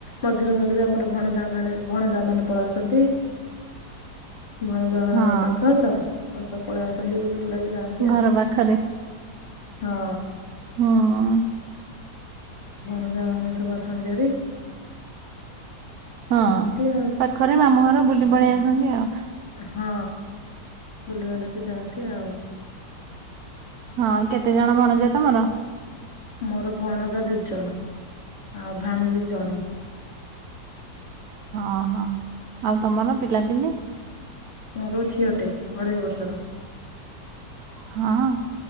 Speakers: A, on the left (about 40°); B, on the right (about 70°).
A: ମଝିରେ ମଝିରେ ଆମର ଭଣଯା ଭଣଯା ମାନେ ପଳ ଆସନ୍ତି। ମଣଜ
B: ହଁ
A: ପାଖ ତ ଆଉ ସବୁ ପଳେଇ ଆସନ୍ତି ବୁଲି ବୁଲାକି ଯାଆନ୍ତି
B: ଘର
A: ଆଉ।
B: ପାଖରେ
A: ହଁ।
B: ହଁ।
A: ବଣଜା ମାନେ ସବୁ ଆସନ୍ତି ହେରା।
B: ହଁ
A: ଏମିତି ଆଉ
B: ପାଖରେ ମାମୁଁ ଘର ବୁଲି ପଳେଇ ଆସନ୍ତି ଆଉ।
A: ହଁ ବୁଲିବାଲିକ ଯାଆନ୍ତି ଆଉ।
B: ହଁ କେତେ ଜଣ ଭଣଜା ତମର
A: ମୋର ଭଣଜା ଦି ଜଣ ଆଉ ଭାଣୀ ଦୀ ଜଣେ
B: ଓହୋ ଆଉ ତମର ପିଲାପିଲି?
A: ମୋର ଝିଅଟେ ଅଢେଇ ବର୍ଷର।
B: ହଁ